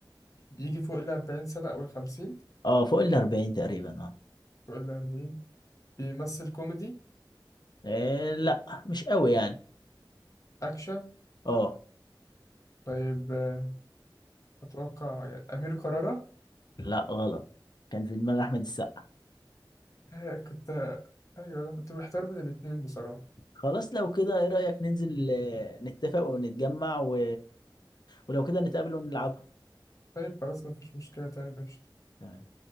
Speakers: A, on the left (about 40°); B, on the left (about 55°).
A: يجي فوق الأربعين سنة أو الخمسين
B: اه فوق ال 40 تقريبا اه
A: فوق الأربعين بيمثل كوميدي
B: إيه لا مش قوي يعني
A: أكشن
B: اه
A: طيب آه، أتوقع يعني أمير كرارة
B: لا غلط كان في دماغ احمد السقا
A: آه، كنت أيوه أنا كنت محتار بين الاتنين بصراحة
B: خلاص لو كده ايه رأيك ننزل آه، نتفق ونتجمع و... ولو كده نتقابل ونلعبها
A: طيب خلاص مفيش مشكلة تمام ماشي
B: تمام